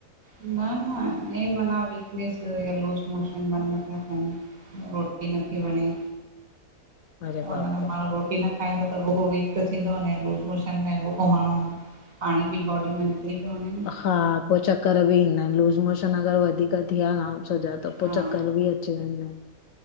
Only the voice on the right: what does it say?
न, न ईंअ माना वीकनस या लूज़ मोशन बंद न प्या थियन। रोटी नथी वणे।
हुन
में माण्हू
रोटी न। खाईंदो त अॻोप पोइ वीक त थींदो अने लूज़ मोशन में अॻोप पोइ माण्हू पाणी बि बॉडी में। थी तो वञे न। <unintelligible>
हा